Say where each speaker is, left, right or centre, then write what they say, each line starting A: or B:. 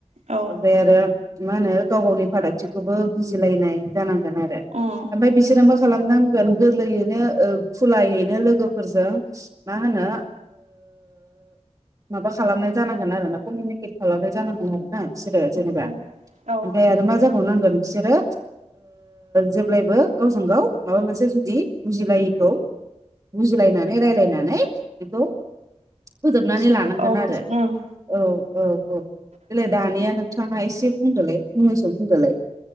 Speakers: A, on the right; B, on the right.
A: औ
B: ओमफ्राय आरो मा होनो गाव गावनि फारागथिखौबो बुजिलायनाय जानांगोन जानांगोन आरो
A: उम
B: ओमफाय बिसोरो मा खालामनांगोन गोरलैयैनो खुलायैनो लोगोफोर फोरजों मा होनो माबा खालामनाय जानांगोन आरो ना कमिनिकेट खालामनाय जानांगोन आरो ना बिसोरो जेनेबा
A: उम औ
B: ओमफ्राय आरो मा जाबाय नांगोन बिसोरो जेब्लायबो गावजों गाव माबा मोनसे जुदि बुजिलायैखौ बुजिलायनानै रायलायनानै बेखौ फोजोबनानै
A: औ
B: लानांगोन
A: उम
B: आरो औ औ औ बेेलाय दानिया नोंथाङा एसे बुंदोलाय फंनैसो बुंदोलाय